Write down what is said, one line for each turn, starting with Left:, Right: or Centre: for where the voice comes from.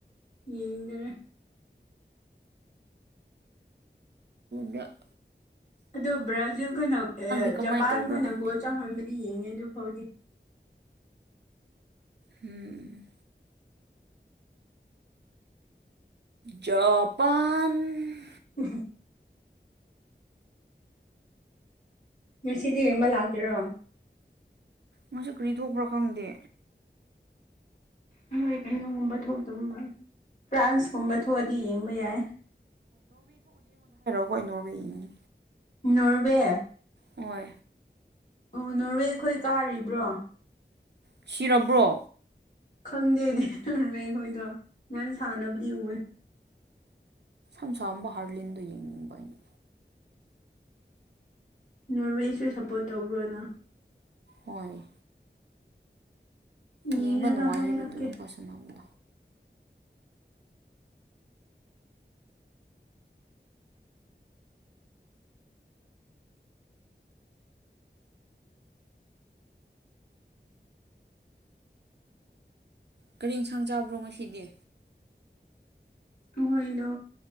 Left: ꯌꯦꯗ꯭ꯔ
Right: ꯒ <inaudible>
Left: ꯑꯗꯨꯣ ꯕ꯭ꯔꯥꯖꯤꯜꯈꯣꯏꯅ
Right: ꯀꯃꯥꯏꯅ
Left: ꯖꯄꯥꯟ
Right: ꯇꯧꯕ꯭ꯔꯥ
Left: ꯈꯣꯏꯅ
Right: ꯈꯪꯗꯦ
Left: ꯒꯣꯜ ꯆꯥꯎꯪꯍꯟꯕꯗꯤ ꯌꯦꯡꯉꯦ ꯑꯗꯨ ꯐꯥꯎꯗꯤ
Right: ꯎꯝ ꯖꯄꯥꯟ
Left: ꯎ ꯉꯁꯤꯗꯤ ꯌꯦꯡꯕ ꯂꯥꯛꯀꯦꯔꯣ
Right: ꯃꯁꯤꯁꯨ ꯀꯔꯤ ꯊꯣꯛꯄ꯭ꯔꯥ ꯈꯪꯗꯦ
Left: ꯍꯣꯏ ꯀꯩꯅꯣꯒꯨꯝꯕ ꯊꯣꯛꯇꯕ ꯃꯥ ꯐ꯭ꯔꯥꯟꯁꯀꯨꯝꯕ ꯊꯣꯛꯑꯗꯤ ꯌꯦꯡꯕ ꯌꯥꯏ
Right: ꯑꯩꯣꯏ ꯅꯣꯔꯋꯦꯏꯉꯤ
Left: ꯅꯣꯔꯋꯦ
Right: ꯍ
Left: ꯑꯣ ꯅꯣꯔꯋꯦꯈꯣꯏ ꯀꯥꯔꯤꯕ꯭ꯔꯣ
Right: ꯁꯤꯔꯕ꯭ꯔꯣ
Left: ꯈꯪꯗꯦꯅꯦ ꯂꯔꯦ ꯑꯩꯈꯣꯏꯗꯣ ꯅꯪ ꯁꯥꯟꯅꯕꯗꯤ ꯎꯋꯦ
Right: ꯀ ꯁ ꯑꯃꯝꯕ ꯍꯔꯂꯤꯗꯨ ꯌꯦꯡꯅꯤꯡꯕꯣꯏꯅ
Left: ꯅꯣꯔꯋꯦꯁꯨ ꯁꯞꯄꯣꯔꯠ ꯇꯧꯕ꯭ꯔꯣꯅ
Right: ꯍꯣꯏ
Left: ꯌꯦꯡꯔꯒ
Right: ꯌꯦꯡꯕ ꯅꯨꯡꯉꯥꯏꯌꯦꯕꯗꯨꯅ
Left: ꯍꯥꯏꯔꯛꯀꯦ
Right: ꯄꯣꯠꯁꯕꯗꯣ ꯀꯔꯦꯟ ꯁꯥꯡ ꯆꯥꯕ꯭ꯔꯣ ꯉꯁꯤꯗꯤ
Left: ꯍꯣꯏꯗ